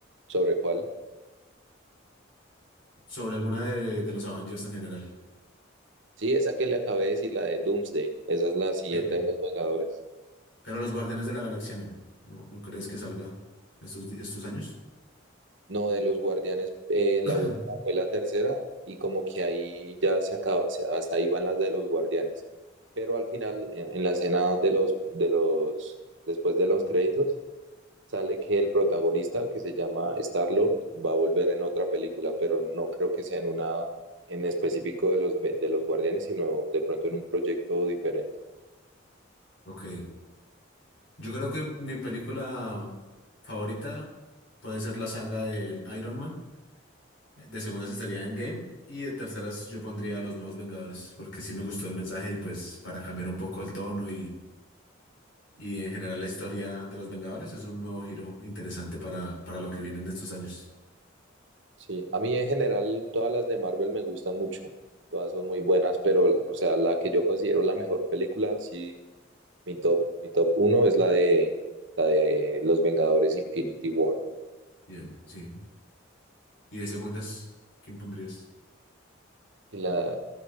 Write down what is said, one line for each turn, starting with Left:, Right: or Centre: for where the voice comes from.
Right: ¿Sobre cuál?
Left: Sobre alguna de, de los Avengers en general.
Right: Sí, esa que le acabé de decir, la de Doomsday. Esa es la siguiente
Left: Ok, ok.
Right: de los Vengadores.
Left: Pero los Guardianes de la Galaxia no. ¿No, no crees que salga estos, di- estos años?
Right: No, de los Guardianes, eh, la
Left: <clears throat>
Right: última fue la tercera y como que ahí ya se acaba, o sea, hasta ahí van las de los Guardianes. Pero al final, en, en la escena de los, de los, después de los créditos, sale que el protagonista, que se llama Star-Lord, va a volver en otra película, pero no creo que sea en una en específico de los, ve- de los Guardianes, sino de pronto en un proyecto diferente.
Left: Ok. Yo creo que mi película favorita puede ser la saga del Iron Man. De segundas estaría Endgame y de terceras yo pondría a Los Nuevos Vengadores porque sí me gustó el mensaje y pues para cambiar un poco el tono Y en general la historia de los Vengadores es un nuevo giro interesante para, para lo que viene en estos años.
Right: Sí, a mí en general todas las de Marvel me gustan mucho. Todas son muy buenas, pero, o sea, la que yo considero la mejor película, sí, Mi top, mi top uno es la de, la de Los Vengadores Infinity War.
Left: Y, eh, sí. Y de segundas, ¿quién pondrías?
Right: Y la,